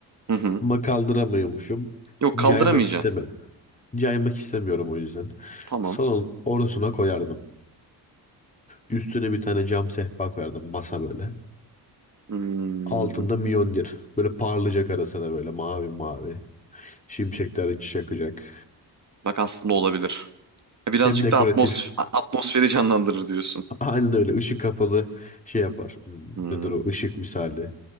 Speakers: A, on the right; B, on the left.
A: Hı hı.
B: Ama kaldıramıyormuşum.
A: Yok kaldıramayacaksın.
B: Caymak isteme. Caymak istemiyorum o yüzden.
A: Tamam.
B: Salonun ortasına koyardım. Üstüne bir tane cam sehpa koyardım masa böyle.
A: Hmm.
B: Altında Mjolnir. Böyle parlayacak arasına böyle mavi mavi. Şimşekler içi yakacak.
A: Bak aslında olabilir. E, Birazcık
B: Hem dekoratif.
A: da atmos atmosferi canlandırır diyorsun.
B: <laughs> Aynen öyle. Işık kapalı şey yapar. Hmm,
A: Hmm.
B: Nedir o? Işık misali.